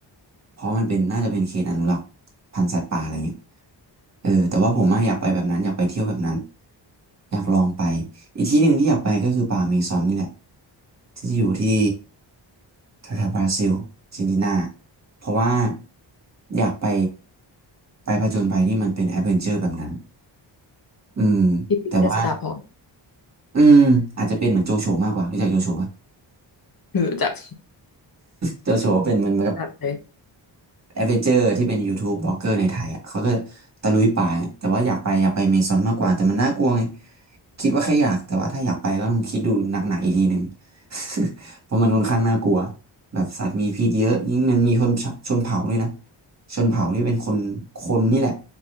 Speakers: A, on the right (about 35°); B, on the left (about 50°).
A: เพราะมันเป็นน่าจะเป็นเขตอนุรักษ์พันธุ์สัตว์ป่าอะไรเงี้ยเออแต่ว่าผมอะอยากไปแบบนั้นอยากไปเที่ยวแบบนั้นอยากลองไปอีกที่หนึ่งที่อยากไปก็คือป่าอเมซอนนี่แหละที่อยู่ที่แถวๆบราซิลอาร์เจนตินาเพราะว่าอยากไปไปผจญภัยที่มันเป็นแอดเวนเจอร์แบบนั้นอืม
B: ที่ปิดเจษฎาพร
A: แต่ว่าอืมอาจจะเป็นเหมือนโจโฉมากกว่ารู้จักโจโฉปะ
B: รู้จัก
A: โจโฉเป็นมันมัน
B: จัดเลย
A: แอดเวนเจอร์ที่เป็น YouTube บล็อกเกอร์ในไทยอ่ะเขาก็ตะลุยป่าแต่ว่าอยากไปอยากไปเมซอนมากกว่าแต่มันน่ากลัวไงคิดว่าแค่อยากแต่ว่าถ้าอยากไปก็ต้องคิดดูหนักๆอีกทีหนึ่ง <laughs> เพราะมันค่อนข้างน่ากลัวแบบสัตว์มีพิษเยอะยิ่งมันมีชนชนเผ่าด้วยนะชนเผ่าที่เป็นคนคนนี่แหละ